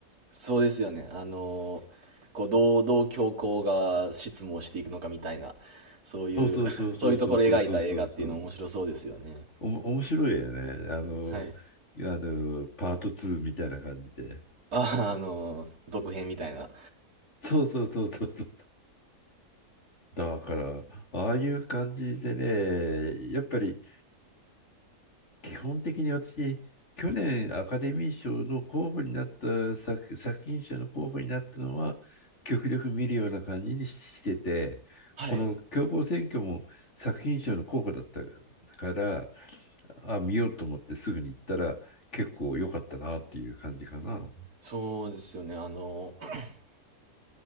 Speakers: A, on the right; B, on the left.
A: そうですよね。あの、こう、どう、どう教皇が執務をしていくのかみたいな、そういう、
B: そうそうそうそうそうそうそうそうそう。
A: <laughs> そういうところを描いた映画っていうの面白そうですよね。
B: おも、面白いよね。あの、
A: はい。
B: あの、パート2みたいな感じで。
A: ああ、あの、続編みたいな。
B: そうそうそうそうそう。だから、ああいう感じでね、やっぱり基本的に私、去年アカデミー賞の候補になった作、作品賞の候補になったのは、極力見るような感じにしてて、
A: はい。
B: この強行選挙も作品賞の候補だったから、あ、見ようと思ってすぐに行ったら、結構良かったなっていう感じかな。
A: そうですよね。あの、<clears throat>